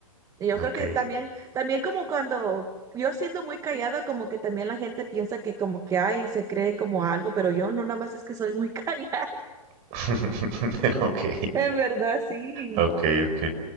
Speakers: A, on the right (about 20°); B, on the right (about 35°).
A: Y yo
B: Ok.
A: creo que también, también como cuando yo siendo muy callada, como que también la gente piensa que como que hay, se cree como algo, pero yo no, nada más es que soy muy <laughs> callada,
B: <laughs> Ok.
A: en verdad, sí.
B: Ok, ok.